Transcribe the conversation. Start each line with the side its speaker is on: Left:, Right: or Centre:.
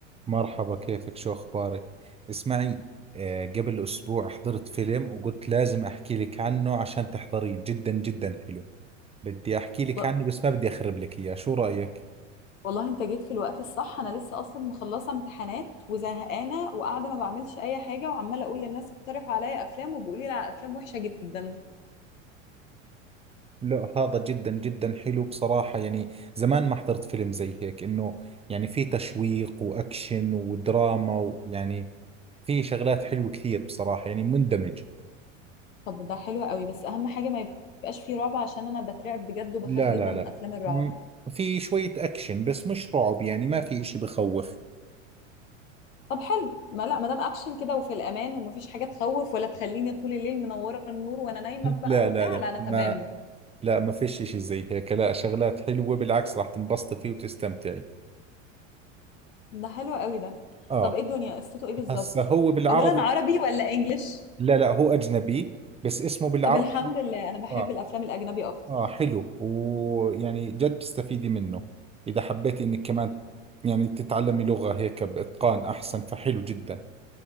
Right: مرحبا كيفك شو أخبارك؟ اسمعي آه، قبل أسبوع حضرت فيلم وقلت لازم أحكي لك عنه عشان تحضريه جدا جدا حلو بدي أحكي لك
Left: والله
Right: عنه بس ما بدي أخرب لك إياه شو رأيك؟
Left: والله انت جيت في الوقت الصح انا لسه اصلا مخلصه امتحانات وزهقانه وقاعده ما بعملش اي حاجه وعماله اقول للناس اقترحوا عليا افلام وبيقولوا لي على افلام وحشه جدا
Right: لا هذا جدا جدا حلو بصراحة يعني زمان ما حضرت فيلم زي هيك إنه يعني في تشويق وأكشن ودراما ويعني في شغلات حلوة كثير بصراحة يعني مندمج
Left: طب ده حلو قوي بس اهم حاجه ما يبقاش فيه رعب عشان انا بترعب بجد وبخاف
Right: لا
Left: جدا
Right: لا
Left: من
Right: لا
Left: افلام الرعب
Right: م- في شوية أكشن بس مش رعب يعني ما في إشي بخوف
Left: طب حلو ما لا ما دام اكشن كده وفي الامان ومفيش حاجه تخوف ولا تخليني طول الليل منوره النور وانا
Right: <laughs>
Left: نايمه
Right: لا
Left: بقى وبتاع
Right: لا لا
Left: لا انا
Right: ما
Left: تمام
Right: لا ما فيش اشي زي هيك لا شغلات حلوة بالعكس راح تنبسطي فيه وتستمتعي
Left: ده حلو قوي ده
Right: اه
Left: طب ايه الدنيا قصته ايه بالظبط
Right: هسا هو بالعربي
Left: اولا عربي ولا انجليش
Right: لا لا هو اجنبي بس اسمه بالعربي
Left: طب الحمد لله انا بحب
Right: اه
Left: الافلام الاجنبي اكتر
Right: اه حلو ويعني جد تستفيدي منه اذا حبيتي انك كمان يعني تتعلمي لغة هيك باتقان احسن فحلو جدا